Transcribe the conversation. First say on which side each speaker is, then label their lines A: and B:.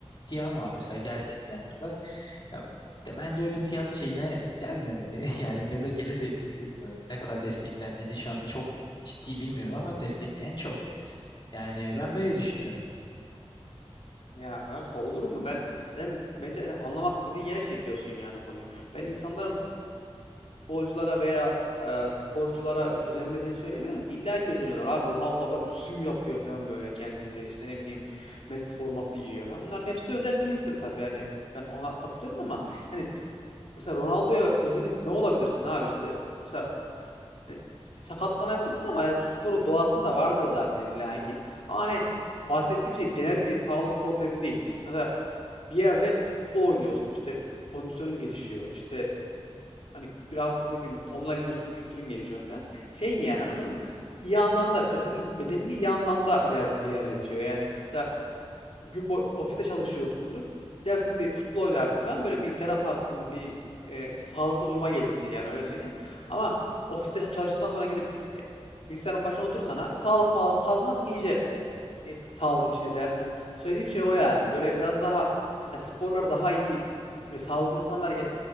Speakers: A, on the left (about 45°); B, on the left (about 70°).
A: diyen var. Mesela gelsin diyenler var. Ya, de bence olimpiyat şeyine gelmemeli. <laughs> Yani ya da gelebilir bilmiyorum. Ne kadar desteklendiğini şu anda çok ciddi bilmiyorum ama destekleyen çok. Yani ben böyle düşünüyorum.
B: Ya kanka olur mu? Ben sen bence sen anlamak istediğin yere çekiyorsun yani konuyu. Ben insanların futbolculara veya e, sporculara özenmediğini söylemiyorum ki. İlla ki özeniyorlar. Abi Ronaldo adam sü yapıyor falan böyle kendince. İşte ne bileyim Messi forması giyiyor falan. Bunların hepsi de özentiliktir tabii. Yani ben ona katılıyorum ama hani mesela Ronaldo'ya özenip ne olabilirsin abi işte mesela Hani sakatlanabilirsin ama yani bu sporun doğasında vardır zaten illaki. Ama hani bahsettiğim şey genel bir sağlık problemi değil. Mesela bir yerde futbol oynuyorsun işte kondisyonun gelişiyor işte hani biraz ne bileyim onunla ilgileniyorsun kültürün gelişiyor falan. Şey yani anladın mı? İyi anlamda mesela senin bedenini iyi anlamda iler, ilerletiyor. Yani mesela gün boyu ofiste çalışıyorsundur. Gidersin bir futbol oynarsın falan böyle bir ter atarsın bir, e, bir sağlıklı duruma gelirsin yani öyle söyleyeyim. Ama ofiste çalıştıktan sonra gidip e, bilgisayarın başına otursan, abi sağlık mağlık kalmaz iyice e, sağlığın içine dersin. Söylediğim şey o yani böyle biraz daha yani sporlar daha iyi ve sağlıklı insanlar ya-